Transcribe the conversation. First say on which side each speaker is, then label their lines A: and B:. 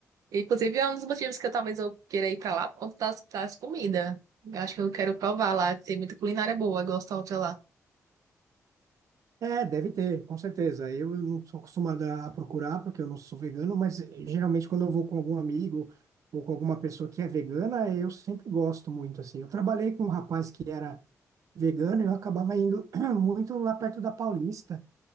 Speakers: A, on the right (about 85°); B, on the right (about 70°).
A: Inclusive, é um dos motivos que eu, talvez eu queira ir pra lá por conta das, das comidas. Eu acho que eu quero provar lá. Tem muita culinária boa, gosto da outra lá.
B: É, deve ter, com certeza. Eu não sou acostumado a procurar, porque eu não sou vegano, mas eh, geralmente quando eu vou com algum amigo ou com alguma pessoa que é vegana, eu sempre gosto muito, assim. Eu trabalhei com um rapaz que era vegano e eu acabava indo <clears throat> muito lá perto da Paulista.